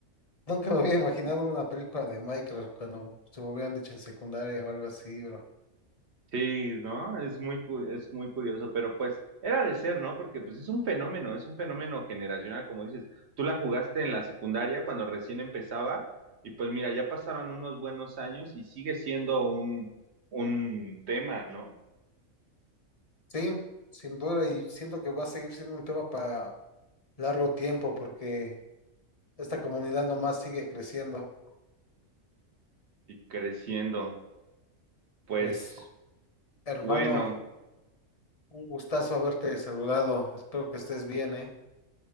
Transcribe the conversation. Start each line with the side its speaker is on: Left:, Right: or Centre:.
Left: nunca me había imaginado una película de Minecraft cuando se me hubieran dicho en secundaria o algo así, bro.
Right: Sí, ¿no? Es muy, cu- es muy curioso, pero pues era de ser, ¿no? Porque pues es un fenómeno, es un fenómeno generacional, como dices. Tú la jugaste en la secundaria cuando recién empezaba y pues mira, ya pasaron unos buenos años y sigue siendo un, un tema, ¿no?
Left: Sí, sin duda, y siento que va a seguir siendo un tema para largo tiempo porque... Esta comunidad nomás sigue creciendo.
Right: y creciendo. Pues
Left: Pues, hermano,
Right: bueno,
Left: un gustazo haberte saludado. Espero que estés bien, ¿eh?